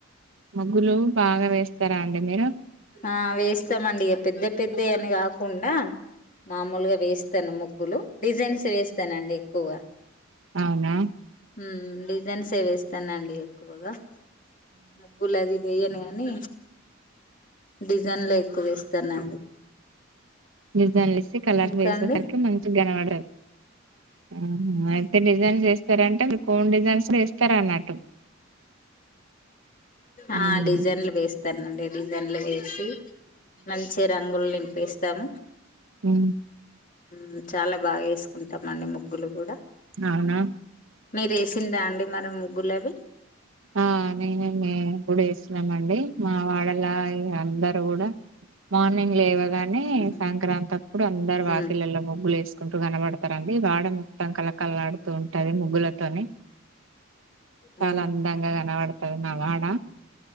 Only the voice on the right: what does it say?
ముగ్గులు బాగ వేస్తారాండి మీరు
అవున
డిజైన్లు ఇస్తే కలర్
వేసేసరికి
మంచిగా కనపడుతది ఉహు అయితే డిజైన్స్ చేస్తారా అంటే మీ కోన్ డిజైన్స్ కుడ వేస్తారా అన్నట్టు
ఉమ్,
ఉ
అవునా
ఆ నేను ఏమి గుడే వేసినామండి మా వాడలా ఇక అందరు
కూడా మార్నింగ్ లేవా గానీ
సంక్రాంతి అప్పుడు అందరు వాకిళ్లలో
ముగ్గులేస్ కుంటూ కనబడతారండి వాడ మొత్తం కళకళలాడుతూ ఉంటది ముగ్గులతోని
చాలా అందంగా కనపడతది మా వాడ